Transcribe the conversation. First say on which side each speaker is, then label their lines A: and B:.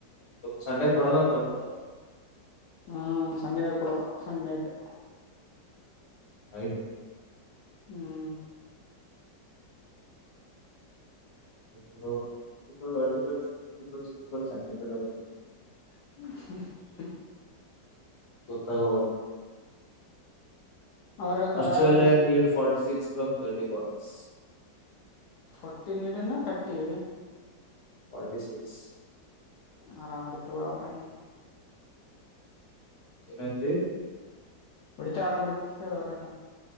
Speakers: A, on the left; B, on the left.
A: ಸಂಡೆ ಕೊಡಲ್ಲ ಅಂತ ಊಟ
B: ಹ್ಮ್ ಸಂಜನೆ ಕೊಡದ ಸಣ ನೈಟ್.
A: ನೈಟ್.
B: ಹ್ಮ್.
A: <unintelligible>
B: <inaudible>
A: ಗೊತ್ತಾಗಬಹುದು
B: ಅವ್ರ ಹೇಳ್ತಾರ
A: ಆಸ್ಟ್ರೇಲಿಯಾ
B: ಒಂದಿನ
A: ನೀಡ್ ಫಾರ್ಟಿ ಸಿಕ್ಸ್. ಫ್ರ್ ಥರ್ಟಿ ಬಲ್ಸ್.
B: ಫಟ್ಟಿ ನೀಡಿನ ತಟ್ಟಿ.
A: Forty six.
B: ಆರಾಮ ಹೊಡಿತಾರಾ ಬುಡು ಅವರನು.
A: <unintelligible>
B: ಎಡ್ತ ಆರಾಮಡಿ ಸರ್ ಅವರನ.